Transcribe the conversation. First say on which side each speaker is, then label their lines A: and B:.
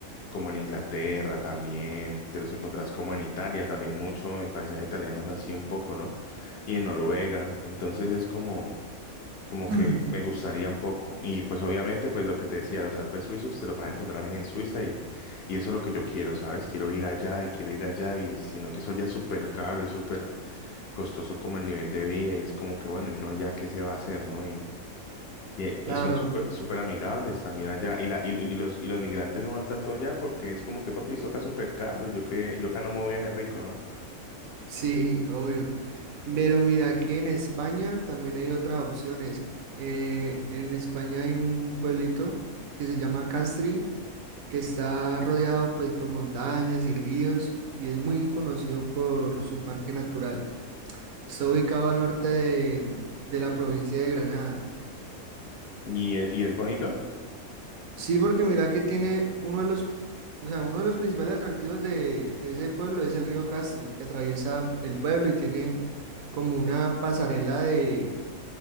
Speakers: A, on the left; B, on the right.
A: como en Inglaterra también, te los encontrás como en Italia también mucho, el paisaje italiano es así un poco, ¿no? Y en Noruega, entonces es como como
B: Mm.
A: que me
B: <clears throat>
A: gustaría un poco. Y pues obviamente, pues lo que te decía, los Alpes suizos te los vas a encontrar en Suiza y, y eso es lo que yo quiero, ¿sabes? Quiero ir allá y quiero ir allá y sino que eso ya es súper caro y súper costoso como el nivel de vida y es como que bueno, y uno ya qué se va a hacer, ¿no? Y, y,
B: Claro,
A: y son súper súper amigables también allá y, la, y, y los, y los migrantes no van tanto allá porque es como que papi, esto acá es súper caro, yo que yo acá no me voy a hacer rico, ¿no?
B: sí, obvio. Pero mira que en España también hay otras opciones. Eh, en España hay un pueblito que se llama Castril, que está rodeado pues por montañas y ríos y es muy conocido por su parque natural. Está ubicado al norte de, de la provincia de Granada.
A: Y, e- y es bonito
B: Sí, porque mira que tiene uno de los, o sea, uno de los principales atractivos de, de ese pueblo es el río Castril, que atraviesa el pueblo y tiene como una pasarela de,